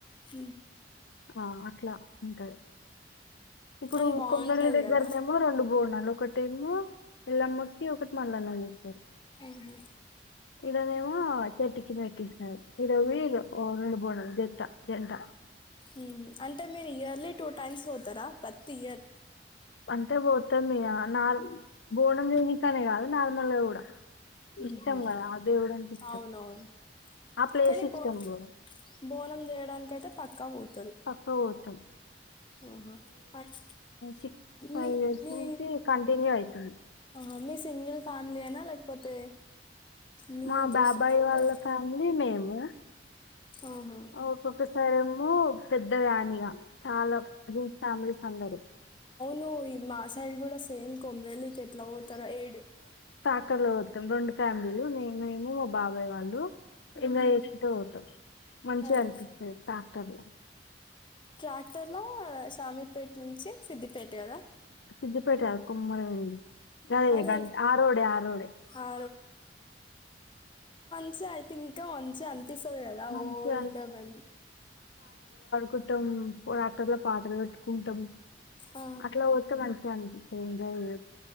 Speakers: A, on the left; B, on the left.
A: ఫ
B: ఆ అట్లా ఉంటది ఇప్పుడు
A: కానీ బాగుంటుంది
B: కొమ్మలి దగ్గరనేమో
A: కదా
B: రెండు బోనాలు ఒకటేమో ఇల్లమ్ ముటి ఒకటి మళ్ళన్న చేస్తారు
A: హ్మ్ హు
B: ఈడనేేమో చెట్టికి నెట్టేస్నార్ నీకు తెలియదు ఓ నుండి బోనాలు జేత్త జంట
A: హ్మ్ అంటే మీరు ఇయర్లీ టూ టైమ్స్ పోతారా ప్రతి ఇయర్
B: అంటే బోతం ఇగా నార్ బోనం దేనికనే కాదు నార్మల్ కూడా
A: హ్మ్
B: ఇష్టం
A: హు
B: కదా ఆ దేవుడు అంటే ఇష్టం
A: అవునవును
B: ఆ ప్లేస్
A: కానీ
B: ఇష్టం
A: బోన్
B: బ్రో
A: బోనం చేయడానికైయితే పక్క బోదు
B: పక్కక్ బోతం
A: ఆహా అట్
B: సిక్స్ ఫైవ్
A: నే
B: ఇయర్స్
A: నే
B: నుంచి కంటిన్యూ అవుతుంది
A: ఆహా మిస్ సింగిల్ ఫ్యామిలీ యేన లేకపోతే మీ
B: మా
A: జస్ట్
B: బాబాయి
A: మీ
B: వాళ్ళ
A: వరకే
B: కానీ మేము
A: ఆహా.
B: ఒకొక్క సారేమో మో పెద్ద దానిగా చాలా గ్రూప్ ఫ్యామిలీస్ అందరు
A: మే మా సైడ్ కూడా సేమ్ కొమరని కట్లావ తర ఎడ్
B: తాకలు అతాం రెండు ఫ్యామిలీలు మే మేము మా బాబాయ్ వాళ్ళు ఎంజా
A: మ్మ్.
B: చేసిట్మూ పోతాం మంచిగా
A: అదే
B: అనిపిస్తుంది డాక్టర్లా
A: ట్రాక్టర్ లో సామీపేట నుంచి సిద్దిపేట్ కదా
B: సిద్ధిపట కమ్మర వెళ్ళలి
A: అదే
B: కద ఆరడ ఆరోడ
A: ఆ మంచి అయితే ఇంకా మంచి అ వచ్చసద అదా
B: మంచిగా
A: ఓల్డ్ మె
B: కకుాండాక్టర్ల పాత్ర కట్టుకుంటాం
A: ఆ,
B: అట్లా ఓతు మేడం అ స ఇంకా ఇ